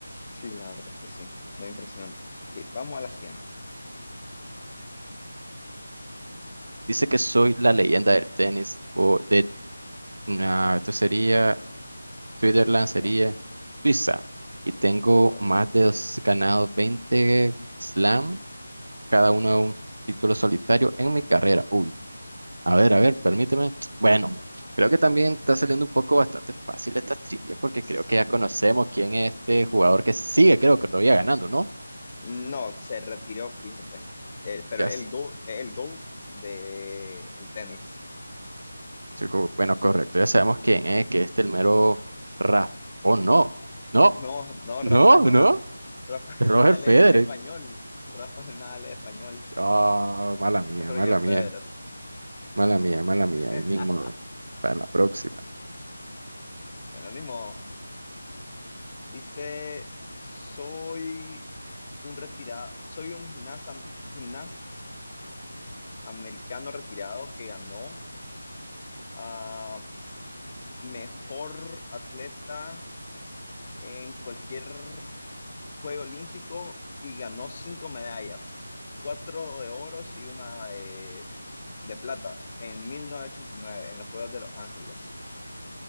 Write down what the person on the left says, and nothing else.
Sí, la verdad es que sí, muy impresionante. Ok, vamos a la siguiente.
Suiza.
Correcto.
S-
No, se retiró, fíjate. El- pero
el
GOAT, el GOAT de el tenis.
No, no,
Rafael,
Na- Rafael
Nadal
es español. Rafael Nadal es español.
Roger
Federer.
<laughs>
Bueno, ni modo. Dice, soy un retirado, soy un gimnasta, gimnasia americano retirado que ganó a mejor atleta en cualquier Juego Olímpico y ganó cinco medallas, cuatro de oros y una de, de plata en mil novecientos ochenta y nueve en los Juegos de Los Ángeles.